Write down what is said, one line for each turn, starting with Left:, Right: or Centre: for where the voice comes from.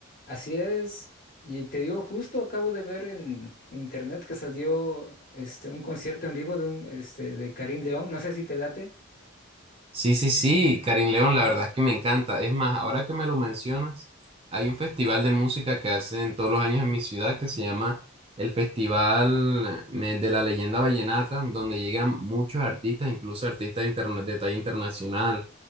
Left: Así es. Y te digo, justo acabo de ver en internet que salió este un concierto en vivo de un este de Karim León. No sé si te late.
Right: Sí, sí, sí, Karim León, la verdad es que me encanta. Es más, ahora que me lo mencionas, hay un festival de música que hacen todos los años en mi ciudad que se llama el Festival eh, de la Leyenda Vallenata, donde llegan muchos artistas, incluso artistas interna- de talla internacional,